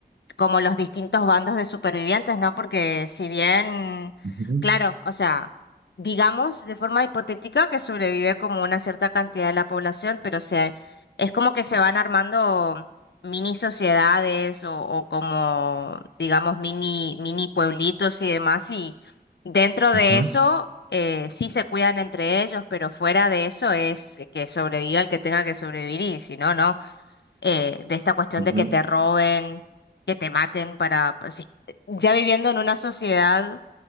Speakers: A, on the left; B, on the right.
A: como los distintos bandos de supervivientes, ¿no? Porque si bien,
B: Ujú,
A: claro, o sea, digamos de forma hipotética que sobrevive como una cierta cantidad de la población, pero se, es como que se van armando mini sociedades o, o como, digamos, mini, mini pueblitos y demás, y dentro de
B: ujú,
A: eso... eh, sí se cuidan entre ellos, pero fuera de eso es que sobreviva el que tenga que sobrevivir y si no, no eh, de esta cuestión
B: ujú.
A: de que te roben, que te maten para, pues, sí, ya viviendo en una sociedad